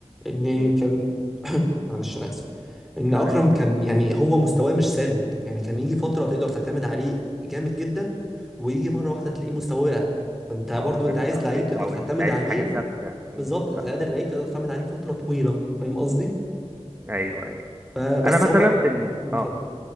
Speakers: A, in the centre; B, on the right (about 20°).
A: ان
B: مم.
A: كان <coughs> <clears throat> معلش انا آسف. ان
B: لا
A: اكرم
B: لا
A: كان يعني هو مستواه مش ثابت يعني كان يجي فتره تقدر تعتمد عليه جامد جدا ويجي مره واحده تلاقيه مستواه وقع فانت برضو
B: اه
A: انت
B: بيطلع
A: عايز لعيب
B: بيطلع
A: تقدر
B: وينزل
A: تعتمد
B: أنت عايز
A: عليه
B: حاجه ثابته
A: بالظبط
B: مم،
A: انت
B: فاهمك.
A: قادر لعيب تقدر تعتمد عليه فتره طويله فاهم قصدي
B: ايوه ايوه
A: فبس
B: انا مثلا
A: هو
B: بن
A: اتفضل
B: اه